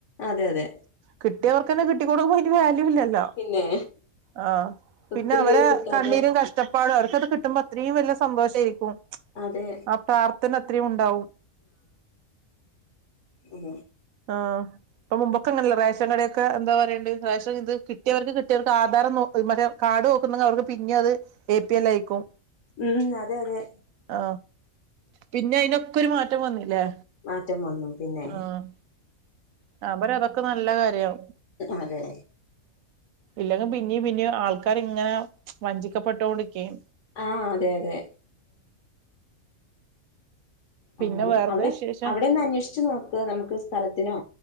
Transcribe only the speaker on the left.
അതെ അതെ
പിന്നെ
ഒത്തിരി
പേര് കിട്ടാതെ
അതെ
ഉം
ഉം അതെ അതെ
മാറ്റം വന്നു പിന്നെ
അതെ
ആ അതെ അതെ
അങ്ങനെ
അവിടെ
അവിടെ ഒന്ന് അന്വേഷിച്ച് നോക് നമുക്ക് സ്ഥലത്തിനോ